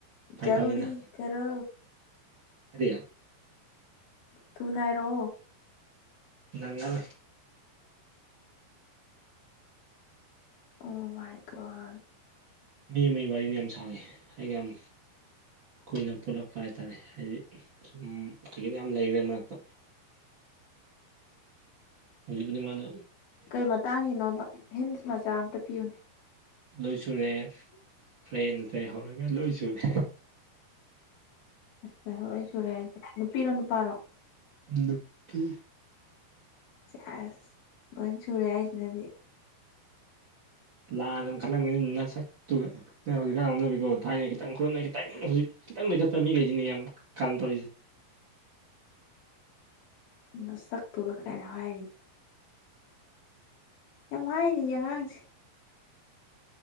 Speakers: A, on the right; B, on the left.
A: ꯐꯥꯒꯤ
B: ꯖꯜꯗꯤ
A: ꯇꯧꯅꯤꯗ
B: ꯀꯔꯣ
A: ꯀꯔꯤ
B: ꯊꯨꯅ ꯍꯥꯏꯔꯣ
A: ꯅꯪꯉꯜ
B: ꯑꯣ ꯃꯥꯏ ꯒꯣꯠ
A: ꯃꯤ ꯑꯃꯒꯤ ꯋꯥꯔꯤꯅꯦ ꯌꯥꯝ ꯁꯥꯡꯉꯦ ꯑꯩꯒ ꯌꯥꯝ ꯀꯨꯏꯅ ꯄꯨꯜꯂꯛꯄ ꯍꯥꯏ ꯇꯥꯔꯦ ꯍꯥꯏꯗꯤ ꯁꯨꯝ ꯀꯩꯀꯩꯅꯣ ꯌꯥꯝ ꯂꯩꯒ꯭ꯔꯦ ꯃꯔꯛꯇ ꯍꯧꯖꯤꯛꯄꯨꯗꯤ ꯃꯥꯅ
B: ꯀꯩ ꯃꯇꯥꯡꯒꯤꯅꯣꯕ ꯍꯤꯟꯁ ꯃꯆꯥ ꯑꯝꯇ ꯄꯤꯌꯨꯅꯦ
A: ꯂꯣꯏ ꯁꯨꯔꯦ ꯐ꯭ꯔꯦꯟ ꯀꯩꯗꯩ ꯍꯧꯔꯒ ꯂꯣꯏ ꯁꯨꯔꯦ
B: ꯂꯥꯏꯍꯧ ꯂꯣꯏ ꯁꯨꯔꯦ ꯍꯥꯏꯁꯦ ꯅꯨꯄꯤꯔꯣ ꯅꯨꯄꯥꯔꯣ
A: ꯅꯨꯄꯤ
B: ꯆꯑꯁ ꯂꯣꯏ ꯁꯨꯔꯦ ꯍꯥꯏꯁꯤꯅꯗꯤ
A: ꯂꯥꯟꯅ ꯑꯃꯨꯛ ꯈꯜꯂꯝꯒꯅꯤ ꯅꯁꯛ ꯑꯗꯨꯒ ꯅꯪ ꯍꯧꯖꯤꯛꯀꯥꯟ ꯍꯧꯅꯕꯤꯀꯣ ꯊꯥꯏꯅ ꯈꯤꯇꯪ ꯈꯨꯔꯞꯅ ꯈꯤꯇꯪ ꯍꯧꯖꯤꯛ ꯈꯤꯇꯪ ꯂꯩꯈꯠꯄ ꯃꯤꯈꯩꯁꯤꯅꯦ ꯌꯥꯝ ꯀꯔꯝ ꯇꯧ
B: ꯎ ꯃꯁꯛꯇꯨꯒ ꯀꯩꯅꯣ ꯍꯥꯏꯔꯤ ꯌꯥꯝ ꯍꯥꯏꯅꯤꯌꯦ ꯑꯉꯥꯡꯁꯤ